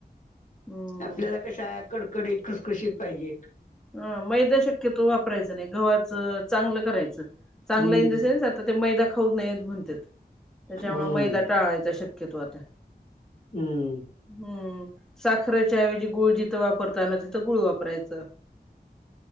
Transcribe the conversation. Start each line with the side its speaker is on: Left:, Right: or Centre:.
Centre: हम्म
Left: आपल्याला कशा कडकडीत, खुशखुशीत पाहिजेत.
Centre: ह, मैदा शक्यतो वापरायचा नाही, गव्हाच चांगल करायच. चांगल
Left: हम्म
Centre: इन द सेन्स आता ते मैदा खाऊ नयेत म्हणत्यात. त्याच्यामुळ
Left: हम्म
Centre: मैदा टाळायचा शक्यतो आता.
Left: हम्म
Centre: हम्म, साखरेच्या ऐवजी गुळ जिथं वापरता आला तिथं गुळ वापरायच.